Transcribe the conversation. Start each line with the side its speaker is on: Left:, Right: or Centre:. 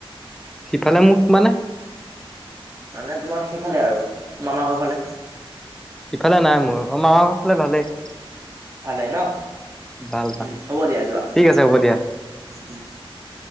Centre: সিফালে মোক মানে
Right: মানে তোমাৰ সেইফালে আৰু। মামাৰ ঘৰ ফালে।
Centre: ইফালে নাই মোৰ। অ, মামাৰ ঘৰ ফালে ভালেই।
Right: ভালে ন।
Centre: ভাল
Right: উম,
Centre: ভাল
Right: হ'ব দিয়া যোৱা
Centre: ঠিক আছে হ'ব দিয়া।
Right: উম। <unintelligible>